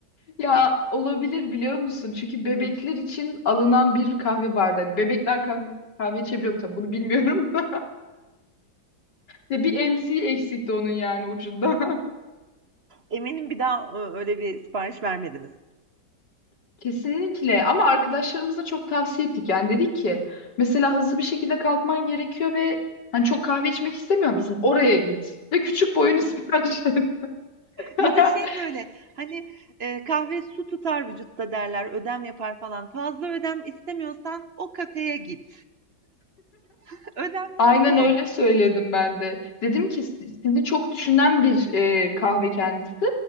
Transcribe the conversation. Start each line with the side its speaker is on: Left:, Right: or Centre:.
Left: Ya olabilir biliyor musun? Çünkü bebekler için alınan bir kahve bardağı. Hani Bebekler kahve, kahve içebiliyor mu tabii bunu bilmiyorum da. <laughs> Ya bir emziği eksikti onun yani ucunda.
Right: Eminim bir daha e, öyle bir sipariş vermediniz.
Left: <laughs> Kesinlikle ama arkadaşlarımıza çok tavsiye ettik. Yani dedik ki mesela hızlı bir şekilde kalkman gerekiyor ve hani çok kahve içmek istemiyor musun? Oraya git ve küçük boyunu sipariş et. <laughs>
Right: Ya da şey böyle hani e, kahve su tutar vücutta derler ödem yapar falan. Fazla ödem istemiyorsan o kafeye git. <laughs> Ödemlere
Left: Aynen
Right: son.
Left: öyle söyledim ben de. Dedim ki "Si- sizi çok düşünen bir e, kahve kendisi.